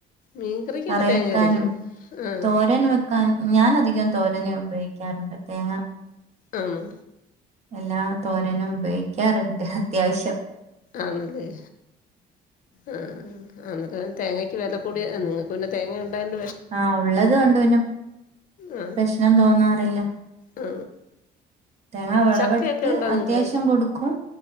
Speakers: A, on the left; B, on the right.
A: മീൻകറിക്കൊക്കെ
B: കറി
A: തേങ്ങ
B: വെക്കാനും
A: അരയ്ക്കും ആ
B: തോരൻ വെക്കാൻ ഞാൻ അധികം തോരൻ നു ഉപയോഗിക്കാറ്ണ്ട് തേങ്ങ
A: ആന്നോ
B: എല്ലാ തോരനും ഉപയോ ക്കാറ്ണ്ട് അത്യാവശ്യം
A: ആണല്ലേ ആ അന്നരം തേങ്ങക്ക് വില കൂടിയാ നിങ്ങൾക്ക് പിന്നെ തേങ്ങ ഉണ്ടയോ
B: ആ ഉള്ളത് കൊണ്ട് പിന്നെ
A: ആ
B: പ്രശ്നം തോന്നാറില്ല
A: ആ
B: തേങ്ങ വറളവെടുത്ത്
A: ചക്കയൊക്കെ ഉണ്ടോ നിങ്ങൾക്ക്
B: അത്യാവശ്യം കൊടുക്കും